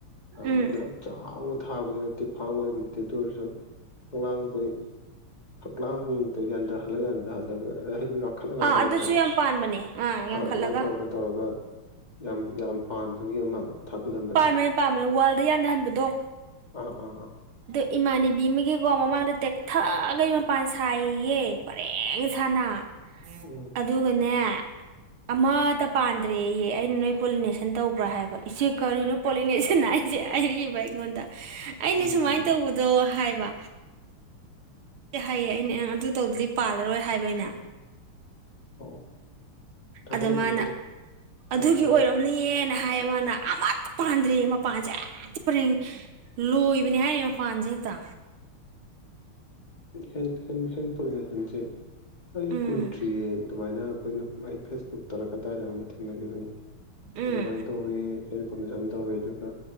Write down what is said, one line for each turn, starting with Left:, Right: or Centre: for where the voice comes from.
Left: ꯌꯥꯝ
Right: ꯎꯝ
Left: ꯌꯥꯝ ꯆꯥꯎꯅ ꯊꯥꯕꯗꯤ ꯅꯠꯇꯦ ꯐꯥꯡꯕꯗ ꯅꯠꯇꯦ ꯑꯗꯨ ꯑꯣꯏꯔꯁꯨ ꯐꯛꯂꯥꯡꯖꯩ ꯐꯛꯂꯥꯡ ꯑ ꯌꯥꯟꯗ꯭ꯔ ꯍꯜꯂ ꯌꯥꯟꯗ꯭ꯔ ꯍꯜꯂꯒ꯭ꯔꯦ ꯑꯗ ꯍꯥꯏꯗꯤ ꯉꯥꯈꯠꯂꯒ
Right: ꯑꯥ
Left: ꯍꯜꯂꯛꯀꯔꯥ
Right: ꯑꯗꯨꯁꯨ ꯌꯥꯝ ꯄꯥꯟꯕꯅꯦ ꯌꯥꯡꯈꯠꯂꯒ
Left: ꯑꯥ ꯑꯗꯨꯃꯥꯏꯅ ꯇꯧꯔꯒ ꯇꯧꯔꯒ ꯌꯥꯝ ꯌꯥꯝ ꯄꯥꯟꯕꯒꯤ ꯑꯃ ꯊꯥꯒꯠꯂꯝꯕꯅꯤꯅꯦ
Right: ꯄꯥꯝꯃꯦꯅꯦ ꯄꯥꯝꯃꯦꯅꯦ ꯋꯥꯜꯗ ꯌꯥꯅꯍꯟꯕꯗꯣ
Left: ꯑꯥ ꯑꯥ ꯑ
Right: ꯏꯃꯥꯟꯅꯕꯤ ꯑꯃꯒꯤꯀꯣ ꯃꯃꯥꯡꯗ ꯇꯦꯛꯊꯛꯒꯩ ꯃꯄꯥꯟ ꯁꯥꯏꯌꯦ ꯄꯔꯦꯡ ꯁꯥꯥꯟꯅ
Left: ꯎꯝ
Right: ꯑꯗꯨꯒꯅꯦ ꯑꯃꯠꯇ ꯄꯥꯟꯗ꯭ꯔꯦꯌꯦ ꯑꯩꯅ ꯅꯣꯏ ꯄꯣꯂꯤꯅꯦꯁꯟ ꯇꯧꯕ꯭ꯔꯥ ꯍꯥꯏꯕ ꯏꯆꯦ ꯀꯔꯤꯅꯣ ꯄꯣꯂꯤꯅꯦꯁꯟ ꯍꯥꯏꯁꯦ ꯍꯥꯏꯔꯛꯏꯕ ꯑꯩꯉꯣꯟꯗ ꯑꯅꯦ
Left: ꯎꯝ
Right: ꯁꯨꯃꯥꯏꯅ ꯇꯧꯕꯗꯣ ꯍꯥꯏꯕ ꯍꯥꯏꯌꯦ ꯑꯩꯅ ꯑꯗꯨ ꯇꯧꯗꯗꯤ ꯄꯥꯜꯂꯔꯣꯏ ꯍꯥꯏꯕ ꯑꯩꯅꯥ
Left: ꯑꯣ ꯗ꯭ꯔꯥꯒꯣꯟ
Right: ꯑꯗ ꯃꯥꯅ
Left: ꯐ꯭ꯔꯨꯠꯁꯦ
Right: ꯑꯗꯨꯒꯤ
Left: ꯑꯥ ꯍꯥꯏꯌꯣ
Right: ꯑꯣꯏꯔꯝꯅꯤꯌꯦꯅ ꯍꯥꯏ ꯃꯥꯅ ꯑꯃꯠꯇ ꯄꯥꯟꯗ꯭ꯔꯦ ꯃꯄꯥꯟꯁꯦ ꯑ ꯄꯔꯦꯡ ꯂꯣꯏꯕꯅꯤ ꯍꯥꯏꯔ ꯃꯄꯥꯟꯁꯦ ꯍꯦꯛꯇ
Left: ꯦꯟ ꯄꯁꯤꯦ ꯑ
Right: ꯎꯝ
Left: ꯀꯣꯏ ꯇꯔꯤꯌꯦ ꯑꯗꯨꯃꯥꯏꯅ ꯑꯈꯣꯏꯅ ꯑꯩ ꯐꯦꯁꯕꯨꯛ ꯇꯔ ꯀꯗꯥꯏꯗ ꯑꯃ ꯊꯦꯡꯅꯒꯤꯕꯅꯤ
Right: ꯎꯝ
Left: ꯑꯗꯨꯃꯥꯏꯅ ꯇꯧꯋꯤ ꯍꯦꯟꯄꯣꯂꯨꯁꯟ ꯇꯧꯋꯤ ꯑꯗꯨꯒ